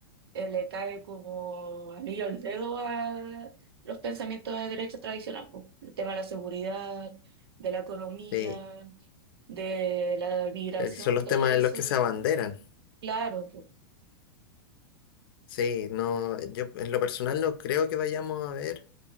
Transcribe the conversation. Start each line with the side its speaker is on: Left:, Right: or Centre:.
Right: eh, le cae como anillo al dedo a los pensamientos de derecha tradicional, pues, el tema de la seguridad, de la economía
Left: Sí,
Right: de la migración,
Left: el- son los
Right: todo
Left: temas
Right: eso,
Left: en los que se abanderan.
Right: claro, pues,
Left: Sí, no, yo en lo personal no creo que vayamos a ver,